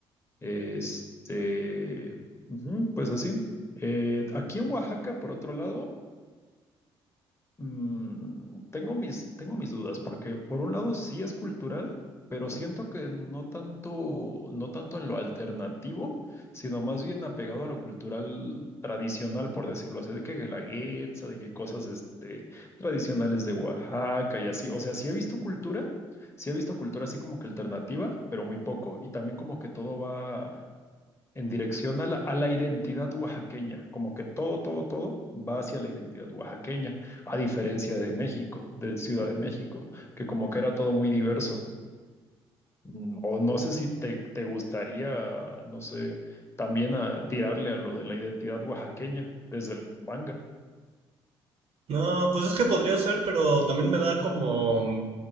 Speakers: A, on the left; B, on the right.
A: este, ujú, pues así. Eh, aquí en Oaxaca, por otro lado, Mm, tengo mis, tengo mis dudas, porque por un lado sí es cultural, pero siento que no tanto, no tanto en lo alternativo, sino más bien apegado a lo cultural tradicional, por decirlo así, de que la guetza, de que cosas este, tradicionales de Oaxaca y así. O sea, sí he visto cultura, sí he visto cultura así como que alternativa, pero muy poco. Y también como que todo va en dirección a la, a la identidad oaxaqueña, como que todo, todo, todo va hacia la identidad oaxaqueña, a diferencia de México, de Ciudad de México, que como que era todo muy diverso. Mm, O no sé si te, te gustaría, no sé, también a tirarle a lo de la identidad oaxaqueña desde el manga.
B: No, pues es que podría ser, pero también me da como